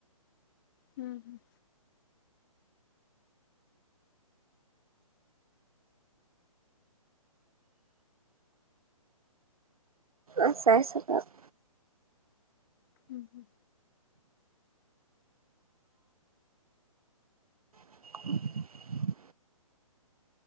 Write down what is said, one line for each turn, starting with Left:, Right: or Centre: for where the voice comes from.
Left: हम्म, हम्म.
Right: असं असतय काम. <inaudible>
Left: हम्म हम्म
Right: <inaudible>